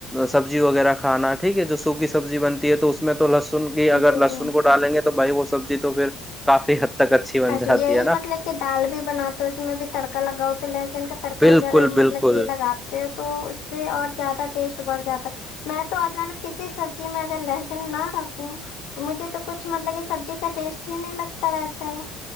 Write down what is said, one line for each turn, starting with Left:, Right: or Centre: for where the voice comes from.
Centre: سبزی وغیرہ کھانا ٹھیک ہے ج کی سبزی بنتی ہے تو اس میں تو لس بھی اگر
Left: جی
Centre: لہسن
Left: جی
Centre: کو ڈالیں گے تو بھائی وہ سبزی تو پھر کافی تک اچھی بن
Left: اور
Centre: جاتی
Left: یہی
Centre: ہے نا
Left: مطلب کہ دال بھی بناتے اس میں بھی تڑکا لگاؤ تو لہسن کا تڑکا
Centre: بالکل
Left: اگر مطلب
Centre: بالکل
Left: کہ لگاتے ہو تو اس سے اور زیادہ ٹیسٹ بڑھ جاتا میں تو اگر کسی سبزی میں اگر لہسن نہ رکھوں تو مجھے تو کچھ مطلب یہ سبزی کا ٹیسٹ ہی نہیں لگتا رہتا ہے